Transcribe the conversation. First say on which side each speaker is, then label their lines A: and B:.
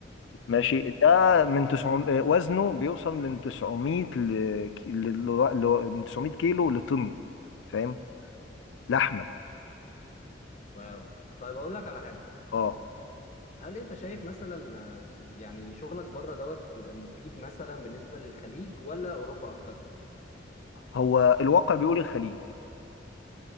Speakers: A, on the left (about 75°); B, on the left (about 40°).
A: ماشي
B: مم.
A: ده من 900 وزنه بيوصل من 900 ل... ك- ل... ل... من 900 كيلو لطن فاهم لحمة
B: واو طيب اقول لك على حاجه
A: اه
B: هل انت شايف مثلا آه، يعني شغلك بره دوت مفيد مثلا بالنسبه للخليج ولا اوروبا اكتر
A: هو الواقع بيقول الخليج